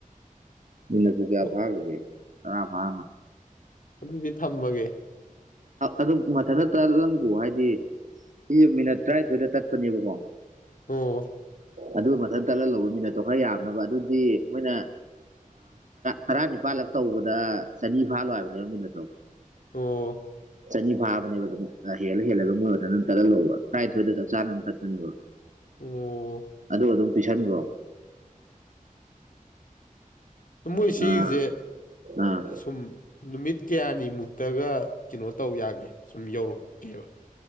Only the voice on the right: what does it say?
ꯏꯟꯅꯁꯨꯨꯒꯌꯥ
ꯐꯒꯦ ꯑꯔ ꯐ
ꯑꯗꯨ ꯃꯊꯟꯇ ꯇꯠꯂꯪꯒ ꯍꯥꯏꯗꯤ ꯃꯤꯅꯠ ꯇꯔꯥꯅꯤꯊꯣꯏꯗ ꯇꯠꯄꯅꯦꯕꯀꯣ
ꯑꯗꯨ ꯃꯊꯪ ꯇꯠꯂꯒ ꯂꯧꯕ ꯃꯤꯅꯠꯇꯣ ꯈꯔ ꯌꯥꯝꯅꯕ ꯑꯗꯨꯗꯤ ꯃꯣꯏꯅ ꯇꯔꯥ ꯅꯤꯄꯥꯜꯂꯛ ꯇꯧꯕꯗ ꯆꯅꯤ ꯐꯥꯂꯣꯏ ꯍꯥꯏꯕꯅꯦꯕ ꯃꯤꯅꯠꯇꯣ
ꯆꯅꯤ ꯐꯥꯕꯅꯦꯕ ꯑꯗꯨꯝ ꯍꯦꯜꯂ ꯍꯦꯜꯂꯒ ꯃꯣꯏ ꯃꯊꯟ ꯑꯗꯨꯝ ꯇꯠꯍꯜꯂꯣꯕ ꯇꯔꯥꯅꯤꯊꯣꯏꯗ ꯆꯞ ꯆꯥꯅ ꯑꯗꯨ ꯇꯠꯄꯅꯦꯕ
ꯑꯗꯨ ꯑꯗꯨꯝ ꯄꯤꯁꯟꯈꯣ
ꯑꯥ ꯑꯥ